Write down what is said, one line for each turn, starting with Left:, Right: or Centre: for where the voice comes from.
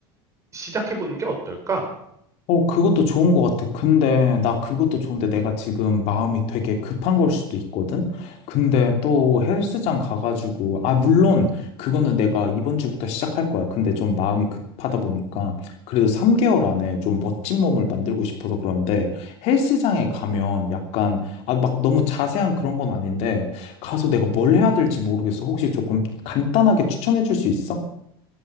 Right: 작해 보는 게 어떨까? 음.
Left: 어, 그것도 좋은 것 같아. 근데, 나 그것도 좋은데 내가 지금 마음이 되게 급한 걸 수도 있거든? 근데 또 헬스장 가가지고, 아, 물론, 그거는 내가 이번 주부터 시작할 거야. 근데 좀 마음이 급하다 보니까, 그래도 3개월 안에 좀 멋진 몸을 만들고 싶어서 그런데, 헬스장에 가면 약간, 아, 막 너무 자세한 그런 건 아닌데, 가서 내가 뭘 해야 될지 모르겠어. 혹시 조금 간단하게 추천해 줄 수 있어?